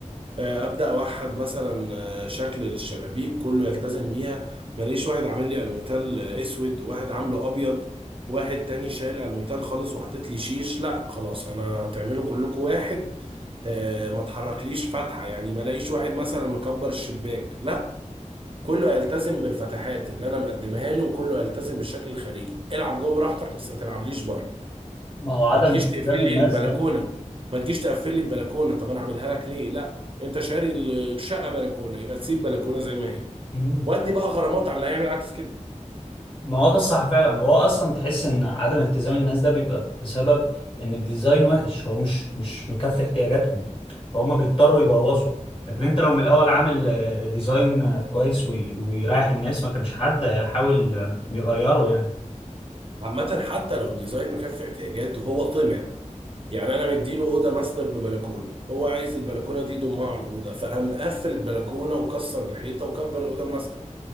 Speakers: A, on the right; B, on the left.
A: آه، ابدا اوحد مثلا آه، شكل للشبابيك كله يلتزم بيها ماليش واحد عامل لي الموتال اسود وواحد عامله ابيض واحد تاني شايل الموتال خالص وحاطط لي شيش لا خلاص انا هتعملوا كلكم واحد آه، ما تحركليش فتحه يعني ما الاقيش واحد مثلا مكبر الشباك لا كله هيلتزم بالفتحات اللي انا مقدمها له وكله هيلتزم بالشكل الخارجي العب جوه براحتك بس ما تلعبليش بره
B: ما هو عدم
A: ما تجيش
B: التزام
A: تقفل
B: الناس
A: لي البلكونه
B: ده
A: ما تجيش تقفل لي البلكونه طب انا اعملها لك ليه لا انت شاري الشقه بلكونه يبقى تسيب بلكونه زي ما هي
B: مم.
A: ودي بقى غرامات على اللي هيعمل عكس كده
B: ما هو ده الصح فعلا هو اصلا تحس ان عدم التزام الناس ده بيبقى بسبب ان الديزاين وحش هو مش مش مكفي احتياجاتهم فهم بيضطروا يبوظوا لكن انت لو من الاول عامل آه، ديزاين آه، كويس وي- ويريح الناس ما كانش حد هيحاول آه، يغيره يعني
A: عامه حتى لو الديزاين مكفي احتياجاته هو طمع يعني انا مديله اوضه ماستر ببلكونه هو عايز البلكونه دي يضمها على الاوضه فقام مقفل البلكونه وكسر الحيطه وكبر الاوضه ماستر